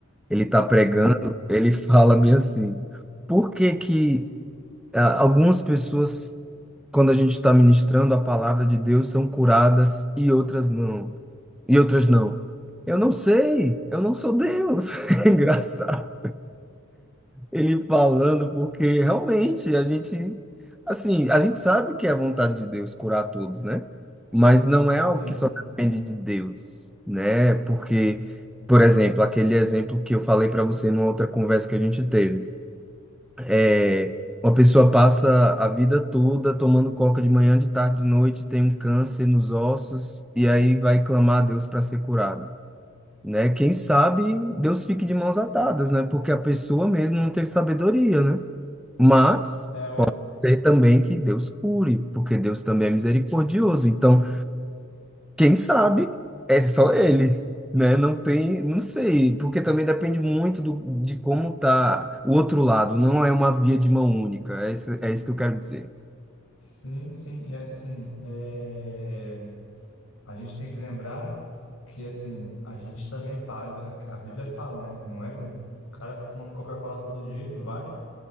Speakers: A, in the centre; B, on the left.
A: ele tá pregando,
B: Uhum.
A: ele <laughs> fala bem assim: por que que ah, algumas pessoas, quando a gente está ministrando a palavra de Deus, são curadas e outras não? E outras não? Eu não sei, eu não sou Deus. <laughs> É engraçado. ele falando, porque realmente a gente, assim, a gente sabe que é a vontade de Deus curar todos, né? Mas não é algo
B: Sim,
A: que só depende de Deus, né? Porque, por exemplo, aquele exemplo que eu falei para você numa outra conversa que a gente teve, é uma pessoa passa a vida toda tomando coca de manhã, de tarde, de noite, tem um câncer nos ossos e aí vai clamar a Deus para ser curada. Né? Quem sabe Deus fique de mãos atadas, né? Porque a pessoa mesmo não teve sabedoria, né? Mas
B: é o...
A: sei também que Deus cure, porque Deus também é misericordioso. Então, quem sabe é só ele, né? Não tem, não sei, porque também depende muito do, de como tá o outro lado. Não é uma via de mão única. É isso, é isso que eu quero dizer.
B: Sim, sim, e assim, é... A gente tem que lembrar que, assim, a gente também paga. A Bíblia fala, né? Não é. O cara tá tomando Coca-Cola todo dia, ele vai